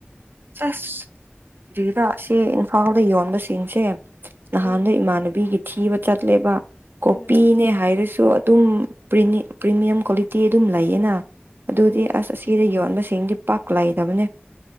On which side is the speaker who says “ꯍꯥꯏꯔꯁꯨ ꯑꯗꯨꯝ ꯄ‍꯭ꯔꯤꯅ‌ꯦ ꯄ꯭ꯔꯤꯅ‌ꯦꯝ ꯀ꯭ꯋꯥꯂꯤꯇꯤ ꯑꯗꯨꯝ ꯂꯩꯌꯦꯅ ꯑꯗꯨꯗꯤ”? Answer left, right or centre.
Right